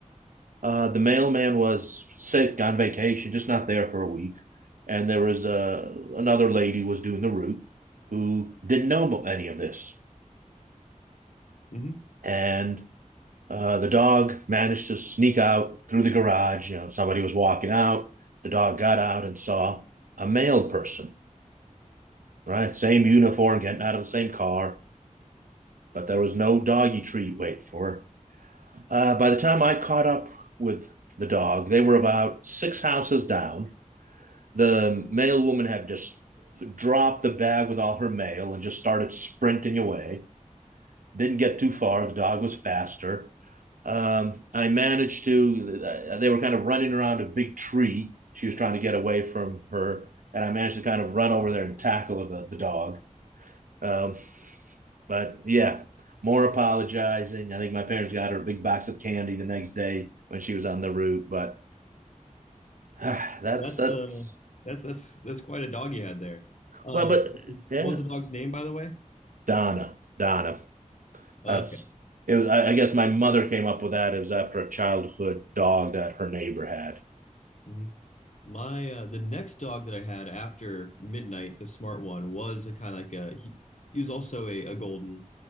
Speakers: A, on the right; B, on the left.
A: Uh, the mailman was sick on vacation, just not there for a week. And there was a another lady was doing the route who didn't know any of this.
B: hmm
A: And uh, the dog managed to sneak out through the garage. You know, somebody was walking out. The dog got out and saw a male person, right? Same uniform, getting out of the same car, but there was no doggy treat wait for her. Uh, by the time I caught up with the dog, they were about six houses down The mail woman had just dropped the bag with all her mail and just started sprinting away. Didn't get too far. The dog was faster. Um, I managed to, uh, they were kind of running around a big tree. She was trying to get away from her. And I managed to kind of run over there and tackle the, the dog. Um, but yeah, more apologizing. I think my parents got her a big box of candy the next day when she was on the route. But uh, that's,
B: Yeah, that's
A: that's,
B: uh that's that's that's quite a dog you had there. Uh,
A: well, but
B: what was,
A: yeah,
B: what was the dog's name, by the way?
A: Donna, Donna,
B: Okay.
A: As it was. I, I guess my mother came up with that. It was after a childhood dog that her neighbor had.
B: hmm My uh, the next dog that I had after midnight, the smart one, was a kind of like a he, he was also a, a golden,